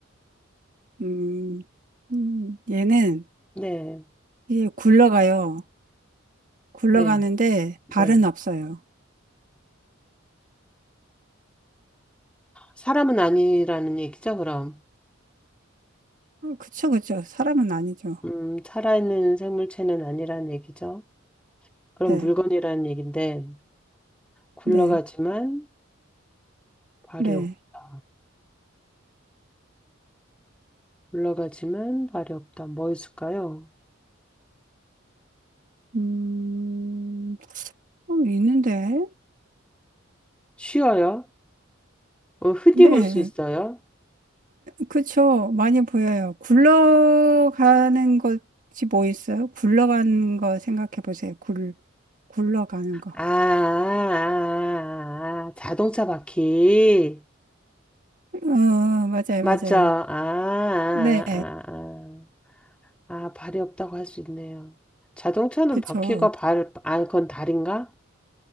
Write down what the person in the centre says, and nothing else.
네.
네. 네.
사람은 아니라는 얘기죠, 그럼.
음, 살아있는 생물체는 아니라는 얘기죠. 그럼
물건이라는 얘긴데, 굴러가지만
발이
없다. 올라가지만 발이 없다. 뭐 있을까요?
쉬어요? 어, 흔히
볼 수 있어요?
아, 아, 아, 아, 자동차 바퀴.
맞죠?
아, 아,
아, 아. 아, 발이 없다고 할 수 있네요. 자동차는
바퀴가 발, 아, 그건 다리인가?